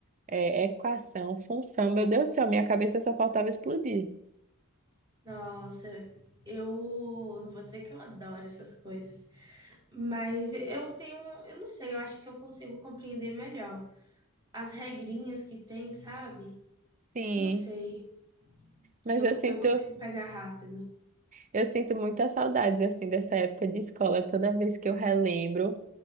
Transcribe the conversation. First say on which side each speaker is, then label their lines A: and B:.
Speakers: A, on the right; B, on the right.
A: é, equação, função. Meu Deus do céu, minha cabeça só faltava explodir.
B: Nossa, eu não vou dizer que eu adoro essas coisas, mas eu tenho, um, eu não sei, eu acho que eu consigo compreender melhor as regrinhas que tem, sabe?
A: Sim,
B: Não sei,
A: mas
B: eu,
A: eu sinto,
B: eu consigo pegar rápido.
A: eu sinto muitas saudades assim dessa época de escola. Toda vez que eu relembro,